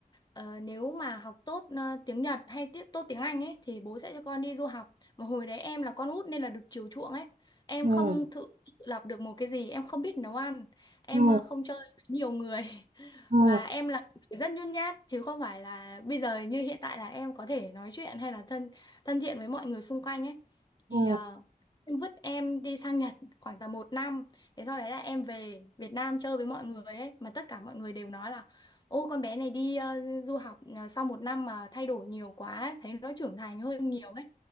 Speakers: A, on the left; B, on the right.
A: ờ, nếu mà học tốt ờ, tiếng Nhật hay tiết tốt tiếng Anh ấy thì bố sẽ cho con đi du học. Mà hồi đấy em là con út nên là được chiều chuộng ấy. Em
B: ừ ừ
A: không tự tự lập được một cái gì, em không biết nấu ăn, em
B: ừ
A: ờ, không chơi với nhiều người
B: ừ
A: và em là một người rất nhút nhát chứ không phải là bây giờ như hiện tại là em có thể nói chuyện hay là thân thân thiện với mọi người xung quanh ấy
B: ừ
A: thì ờ, em vứt em đi sang Nhật khoảng tầm một năm thế sau đấy là em về Việt Nam chơi với mọi người ấy mà tất cả mọi người đều nói là ô con bé này đi ờ, du học ờ, sau một năm mà thay đổi nhiều quá thấy nó trưởng thành hơn nhiều ấy